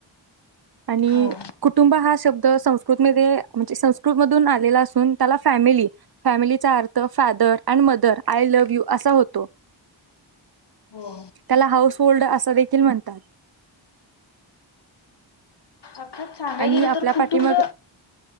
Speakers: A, on the right; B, on the left.
A: आणि
B: हो
A: कुटुंब हा शब्द संस्कृत मध्ये म्हणजे संस्कृत मधून आलेला असून त्याला फॅमिली, फॅमिलीचा अर्थ father and mother, I love you असा होतो.
B: हो.
A: त्याला हाऊस होल्ड असं देखील म्हणतात.
B: अर्थात सांगाय
A: आणि
B: गेलं
A: आपल्या
B: तर कुटुंब
A: पाठी मग